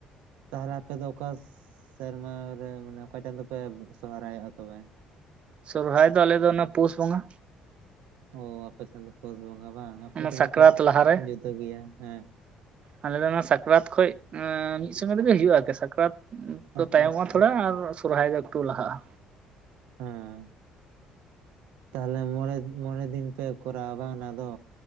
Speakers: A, on the right; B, on the right.
A: ᱛᱟᱦᱚᱞᱮ ᱟᱯᱮ ᱫᱚ ᱚᱠᱟ ᱥᱮᱨᱢᱟ ᱨᱮ ᱢᱟᱱᱮ ᱚᱠᱟ ᱪᱟᱸᱫᱚ ᱯᱮ ᱥᱚᱦᱨᱟᱭᱚᱜᱼᱟ ᱛᱚᱵᱮ?
B: ᱥᱚᱨᱦᱟᱭ ᱫᱚ ᱟᱞᱮ ᱫᱚ ᱚᱱᱟ ᱯᱩᱥ ᱵᱚᱸᱜᱟ᱾
A: ᱚ ᱟᱯᱮ ᱥᱮᱱ ᱫᱚ ᱯᱩᱥ ᱵᱚᱸᱜᱟ ᱵᱟᱝ ᱟᱯᱮ
B: ᱚᱱᱟ
A: ᱥᱮᱱ
B: ᱥᱟᱠᱨᱟᱛ
A: ᱫᱚ ᱠᱟᱹᱡ
B: ᱞᱟᱦᱟᱨᱮ
A: ᱡᱩᱫᱟᱹ ᱜᱮᱭᱟ ᱦᱮᱸ᱾
B: ᱟᱞᱮ ᱫᱚ ᱚᱱᱟ ᱥᱟᱠᱨᱟᱛ ᱠᱷᱚᱡ ᱢᱤᱫ ᱥᱚᱸᱜᱮ ᱜᱮᱞᱮ ᱦᱤᱡᱩᱜᱼᱟ ᱟᱨᱠᱤ ᱥᱟᱠᱨᱟᱛ? ᱛᱚ
A: ᱟᱪᱪᱷᱟ
B: ᱛᱟᱭᱚᱢᱚᱜᱼᱟ
A: ᱟᱪᱪᱷᱟ
B: ᱛᱷᱚᱲᱟ ᱟᱨ ᱥᱚᱨᱦᱟᱭ ᱫᱚ ᱮᱠᱴᱩᱠᱩ ᱞᱟᱦᱟᱜᱼᱟ᱾
A: ᱩᱸ ᱛᱟᱦᱞᱮ ᱢᱚᱬᱮ ᱢᱚᱬᱮ ᱫᱤᱱ ᱯᱮ ᱠᱚᱨᱟ ᱵᱟᱝ ᱚᱱᱟ ᱫᱚ?